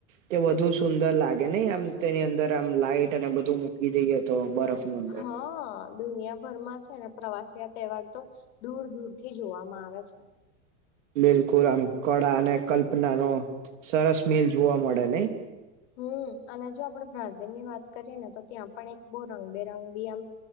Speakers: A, on the right; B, on the left.
A: તે વધુ સુંદર લાગે નહ આમ તેની અંદર આમ લાઈટ અને બધું મૂકી દઈએ? તો બરફની અંદર.
B: હાઆઆ દુનિયાભરમાં છે, ને પ્રવાસી તહેવાર તો દૂર દૂરથી જોવામાં આવે છે.
A: બિલકુલ આમ કળા અને કલ્પના ન સરસ મિલ જોવા મળે નહી,?
B: હમ અને જો આપણેે બ્રાઝિલ ની વાત કરીએ ને તો, ત્યાં પણ એક બહ રંગબેરંગ બી આમ